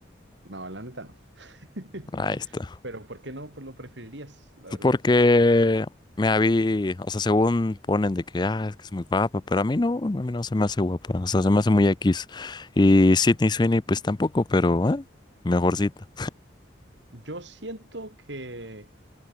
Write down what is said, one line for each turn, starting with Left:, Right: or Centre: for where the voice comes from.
Right: No, la neta no. <laughs>
Left: Ahí está.
Right: Pero ¿por qué no? Pues lo preferirías, la
Left: Pues
Right: verdad.
Left: porque me la o sea, según ponen de que, ah, es que es muy guapa, pero a mí no, a mí no se me hace guapa, o sea, se me hace muy X. Y Sydney Sweeney, pues tampoco, pero, ¿eh? Mejorcita.
Right: Yo siento que